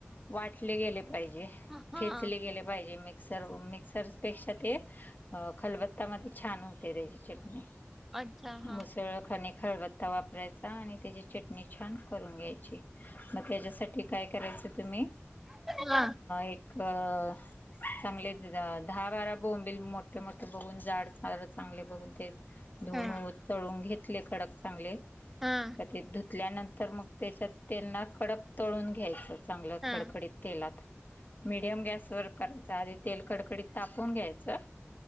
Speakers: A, on the left; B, in the centre.
A: वाटले गेले.
B: हा हा
A: ठेचले गेले पाहिजे मिक्सर मिक्सर पेक्षा ते खलबत. आता मी छान होते त्याची चटणी
B: अच्छा हा
A: मुसळ खनिक. खळबत्ता वापरायचा आणि त्याची चटणी छान करून घ्यायची. मग त्याच्यासाठी काय करायचं तुम्ही
B: हा
A: एक. का. चांगले दहा बारा बोंबल मोठे मोठे बघून झाड चांगले बघून ते. धुन
B: हा
A: चळून घेतले कडक चांगले
B: हा हा
A: ते. तल्यानंतर मग त्याच्यात तेलना कडक तळून घ्यायचं चांगलं
B: हा
A: कडकडीत तेलात. मीडियम गॅस वर करायच आधी तेल कडकडीत तापून घ्यायचं.